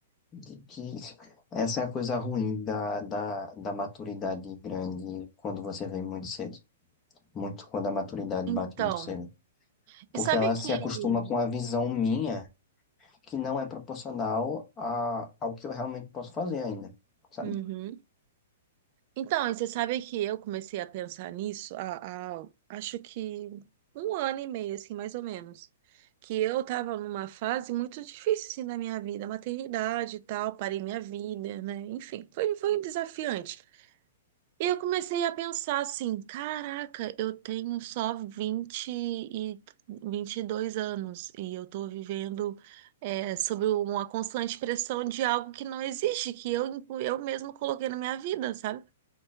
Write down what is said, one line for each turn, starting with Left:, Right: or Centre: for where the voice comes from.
Left: de que essa é a coisa ruim da, da, da maturidade grande quando você vem muito cedo. Muito quando a maturidade
Right: Então,
Left: bate muito cedo.
Right: e
Left: Porque
Right: sabe
Left: ela
Right: que.
Left: se acostuma com a visão minha que não é proporcional a, ao que eu realmente posso fazer ainda, sabe?
Right: Uhum. Então, e você sabe que eu comecei a pensar nisso há, há, acho que um ano e meio, assim, mais ou menos. Que eu tava numa fase muito difícil, assim, da minha vida, maternidade e tal, parei minha vida, né? Enfim, foi, foi desafiante. E eu comecei a pensar assim, caraca, eu tenho só vinte e 22 anos e eu tô vivendo é, sob uma constante pressão de algo que não existe, que eu, eu mesmo coloquei na minha vida, sabe?